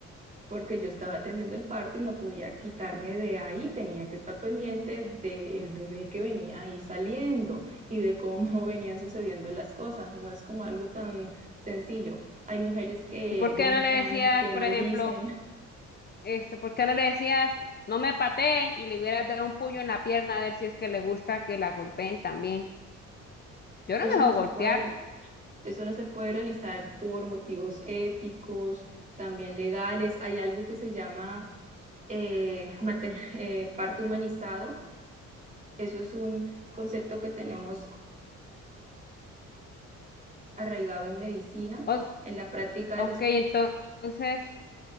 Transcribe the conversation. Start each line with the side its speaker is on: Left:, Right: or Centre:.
Right: porque yo estaba atendiendo el parto y no podía quitarme de ahí, tenía que estar pendiente del bebé que venía ahí saliendo y de cómo <laughs> venían sucediendo las cosas. No es como algo tan sencillo. Hay mujeres que
Left: ¿Y por
Right: gritan,
Left: qué no le decías,
Right: que
Left: por
Right: maldicen.
Left: ejemplo, Esto, ¿por qué no le decías, no me patee y le hubieras dado un puño en la pierna a ver si es que le gusta que la golpeen también? Yo
Right: Eso
Left: no me dejo
Right: no se
Left: golpear.
Right: puede, eso no se puede realizar por motivos éticos, también legales. Hay algo que se llama eh, mater- eh, parto humanizado. Eso es un concepto que tenemos arraigado en medicina,
Left: Os-
Right: en la práctica de
Left: ok,
Right: los
Left: entonces,